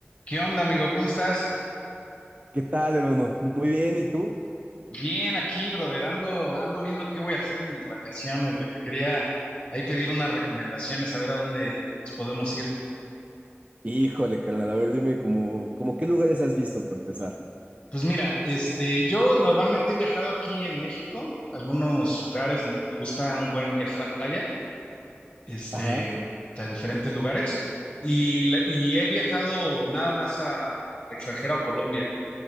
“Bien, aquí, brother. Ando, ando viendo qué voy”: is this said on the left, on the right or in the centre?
Left